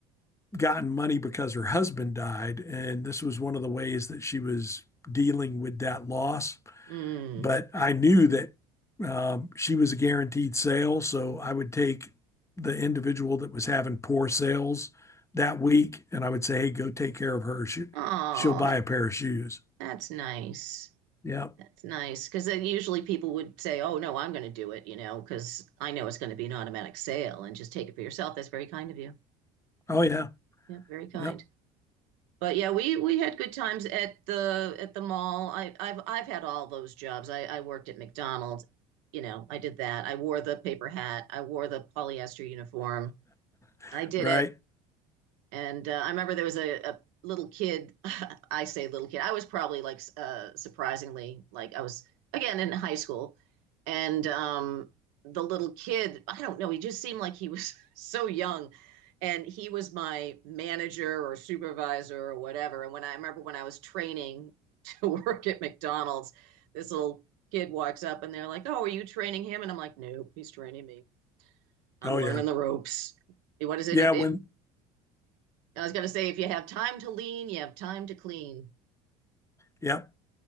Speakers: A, on the left; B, on the right.
A: gotten money because her husband died, and this was one of the ways that she was dealing with that loss.
B: Mm.
A: but I knew that um, she was a guaranteed sale. So I would take the individual that was having poor sales that week and I would say, hey, go take care of her. She,
B: Oh,
A: she'll buy
B: that,
A: a pair of shoes.
B: that's nice.
A: Yep.
B: That's nice because usually people would say, "Oh no, I'm going to do it," you know, because I know it's going to be an automatic sale and just take it for yourself. That's very kind of you.
A: Oh, yeah.
B: Yeah, very kind.
A: Yep.
B: But yeah, we we had good times at the at the mall. I I've I've had all those jobs. I I worked at McDonald's. You know, I did that. I wore the paper hat. I wore the polyester uniform.
A: <laughs>
B: I did
A: right.
B: it. And uh, I remember there was a, a little kid. <laughs> I say little kid. I was probably like uh, surprisingly like I was again in high school, and um, the little kid. I don't know. He just seemed like he was <laughs> so young, and he was my manager or supervisor or whatever. And when I, remember when I was training to <laughs> work at McDonald's, this little kid walks up and they're like, "Oh, are you training him?" And I'm like, "Nope, he's training me. I'm
A: Oh,
B: learning
A: yeah.
B: the ropes." What is it?
A: Yeah.
B: If, if
A: When,
B: I was gonna say if you have time to lean, you have time to clean.
A: yep.